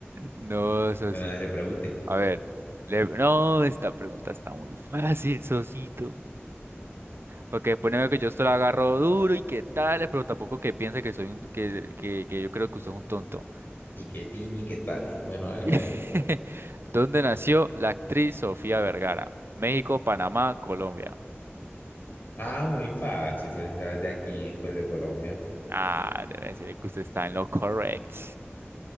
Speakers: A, on the right; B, on the left.
A: No, Sosi.
B: Bueno, se pregunte.
A: A ver, le- no, esta pregunta está muy fácil, Sosito. Porque después no veo que yo esto lo agarro duro y qué tal, pero tampoco que piense que soy un, que, que, que yo creo que usted es un tonto.
B: ¿Y qué tini, qué tal? Bueno, háganle
A: <laughs>
B: a ver.
A: ¿Dónde nació la actriz Sofía Vergara? México, Panamá, Colombia.
B: Ah, muy fácil, soy, ¿sabes? De aquí, pues de Colombia.
A: Ah, debe decir que usted está en lo correcto.